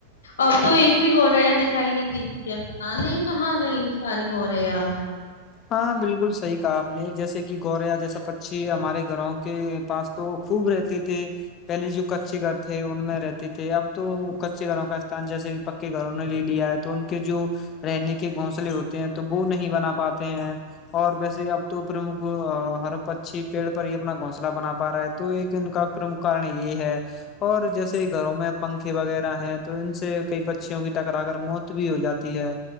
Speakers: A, on the left (about 65°); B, on the left (about 30°).
A: اب تو ایک بھی گ رہے دکھائی نہیں دیتی ہے پت نہیں کہاں گئی سری پ رہ
B: ہاں ہاں بالکل صحیح کہا آپ نے جیسے کہ گوریا جیسے پچی ہمارے گھروں کے پاس تو خوب رہتے تھے پہلے جو کچے گھر تھے ان میں رہتے تھے اب تو کچے گھروں کا استان جیسے کہ پے گھروں نے لے لیا ہے تو ان کے جو رہنے کے گھونسلے ہوتے ہیں تو وہ نہیں بنا پاتے اور ویسے اب تو پرمکھ ہر پچی پیڑ پر ہی اپنا گونسلہ بنا پا رہا ہے تو ایک ان کا پرمکھ کارن یہ ہے اور جیسے گھروں میں پنکھے وغیرہ ہیں تو ان سے کئی پھیوں کی ٹکرا کر موت بھی ہو جاتی ہے